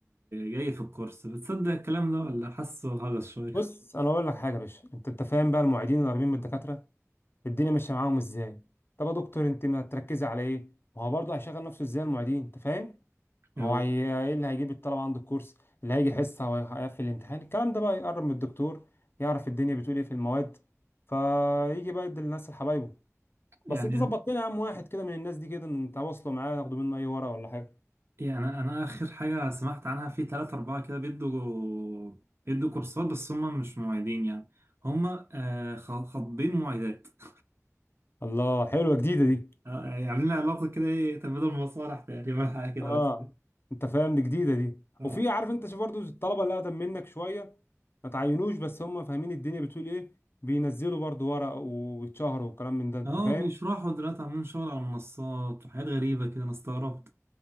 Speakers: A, on the right; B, on the left.
A: جاي في الكورس بتصدق الكلام ده ولا حاسه هجس شوية
B: بص
A: <laughs>
B: انا اقول لك حاجه يا باشا انت انت فاهم بقى المعيدين القريبين من الدكاتره الدنيا ماشيه معاهم ازاي طب يا دكتور انت ما تركزي على ايه ما هو برضه هيشغل نفسه ازاي المعيدين انت فاهم
A: أيوة.
B: هو هي... ايه اللي هيجيب الطلبة عنده الكورس اللي هيجي حصة هو هيقفل الامتحان الكلام ده بقى يقرب من الدكتور يعرف الدنيا بتقول ايه في المواد فيجي بقى يدي للناس لحبايبه
A: يعني
B: بس انت ظبط لنا يا عم واحد كده من الناس دي كده انت واصله معاه ناخده منه اي ورقة ولا حاجة
A: يعني أنا آخر حاجة سمعت عنها في تلاتة أربعة كده بيدوا بيدوا كورسات بس هم مش معيدين يعني هم آه، خ- خاطبين معيدات <laughs>
B: الله حلوة جديدة دي
A: آه، يعني عاملين علاقة كده إيه تبادل مصالح تقريبا حاجة كده
B: اه
A: بس
B: انت فاهم دي جديدة دي
A: اه
B: وفي عارف انت شوف برضو الطلبة اللي اقدم منك شوية ما تعينوش بس هم فاهمين الدنيا بتقول ايه بينزلوا برضو ورق ويتشهروا والكلام من ده انت
A: اه
B: فاهم
A: بيشرحوا دلوقتي عاملين شغل على المنصات وحاجات غريبة كده أنا استغربت